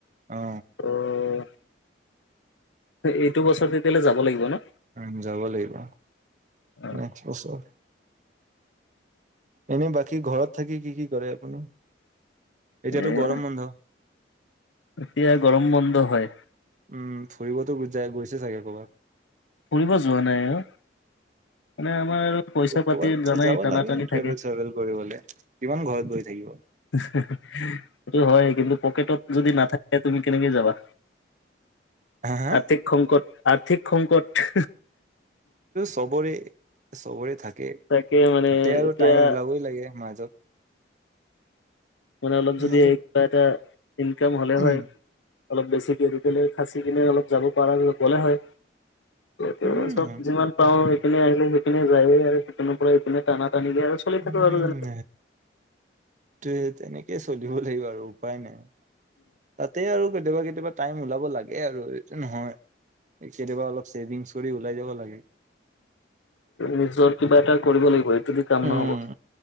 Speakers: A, on the right (about 40°); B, on the left (about 85°).
A: অ।
B: ত' এইটো বছৰত তেতিয়া হলে যাব লাগিব ন?
A: উ যাব লাগিব
B: অ',
A: নেক্সট বছৰ। এনে বাকী ঘৰত থাকি কি কি কৰে আপুনি? এতিয়াতো
B: এয়া
A: গৰম বন্ধ?
B: এতিয়া গৰম বন্ধ হয়।
A: উম ফুৰিবতো জা গৈছে চাগে কৰ'বাত?
B: ফুৰিব যোৱা নাই অ? মানে আমাৰ আৰু পইচা পাতি
A: ক'বাত
B: জানাই
A: যাব
B: টানা
A: লাগে
B: টানি
A: ট্ৰেভেল
B: থাকে।
A: চেভেল কৰিবলে কিমান ঘৰত বহি থাকিব অ
B: সেইটো হয় কিন্তু পকেটত যদি নাথাকে তুমি কেনেকে যাবা?
A: হা হা?
B: আৰ্থিক সংকট আৰ্থিক সংকট।
A: চবৰে চবৰে থাকে।
B: তাকে মানে
A: তাতে আৰু
B: এতিয়া
A: টাইম ওলাবই লাগে মাজত।
B: মানে অলপ যদি
A: মাজত
B: কিবা এটা ইনকাম হ'লে
A: উম
B: হয় অলপ বেছিকৈ আৰু। খাচি কিনে অলপ যাব পৰা গ'লে হয় স
A: উম
B: চব যিমান। পাও সেইনে আহিলে সেইখিননে যায়ে আৰু সেইখিনৰ পৰা এইপিনে টানা টানিলে আৰু। চলি থাকো
A: উম
B: আৰু যেনেকে
A: ত তেনেকেই চলিব লাগিব আৰু উপায় নাই। তাতে আৰু কেতিয়াবা কেতিয়াবা। টাইম ওলাব লাগে আৰু এইটো নহয় কেতিয়াবা অলপ ছেভিংছ কৰি ওলাই যাব লাগে।
B: নিজৰ কিবা এটা কৰিব লাগিব এইটোদি কাম
A: উম
B: নহব